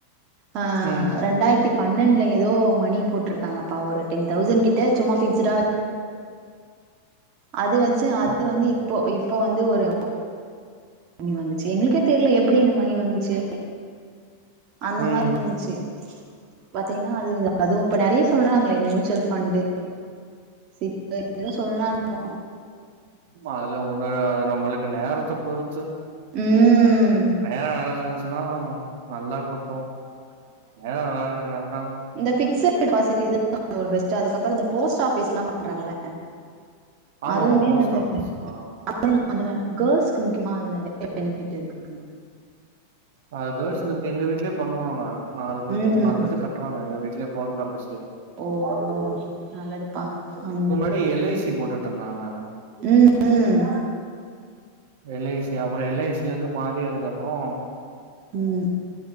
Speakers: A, on the right; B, on the right.
A: ஆ
B: ம்
A: ரெண்டாயிர த்தி பன்னெண்டுல ஏதோ மணி போட்ருக்காங்கப்பா ஒரு டென் தௌசண்ட் கிட்ட சும்மா பிக்சடா அது வச்சு அது
B: ஓகே
A: வந்து இப்போ இப்ப வந்து ஒரு வந்துச்சு எங்களுக்கே தெரியல எப்படி இந்த மணி வந்துச்சு அந்த
B: ம்
A: மாதிரி வந்துச்சு பாத்தீங்கன்னா அது அதுவும் இப்ப நிறைய சொல்றாங்களே மியூச்சுவல் ஃபண்ட் சிப்ப எதோ சொல்றாங்க
B: ஆ அதுலா ஒன்னுல்ல அது நம்மளுக்கு நேரத்த பொறுத்து
A: ம்
B: நேரம் நல்லா இருந்துச்சு னா நல்லா கொட்டும் நேரம் நல்லா
A: இந்த பிக்ஸட் டெபாசிட் இதுதா ஒரு பெஸ்ட் அதுக்கப்புறோ இந்த போஸ்ட் ஆபீஸ்ல்லா பண்றாங்கள
B: ஆமாமா
A: அதுமே
B: போஸ்ட்
A: வந்து
B: ஆஃபிஸ் ஆ
A: அது அதுல கேர்ள்ஸ்க்கு முக்கியமா அது நிறைய பெனிஃபிட் இருக்காங்க
B: அ கேர்ள்ஸ்ஸுக்கு இருக்கு எங்க வீட்லயே பண்ணுவாங்க நாலு பேர்
A: ம்
B: மூணுாலு பேத்துக்கு கட்டுறாங்க எங்க வீட்ல போஸ்ட் ஆபீஸ்ல
A: ஓ ஓ நல்லதுப்பா பண்ணுங்க
B: ப்ப எல் ஐ சி போட்டுட்டு இருந்தாங்க
A: ம் ம்
B: எல் ஐ சி அப்புறோ எல் ஐ சி ல இருந்து மாறி அதுக்கு அப்புறோ
A: ம்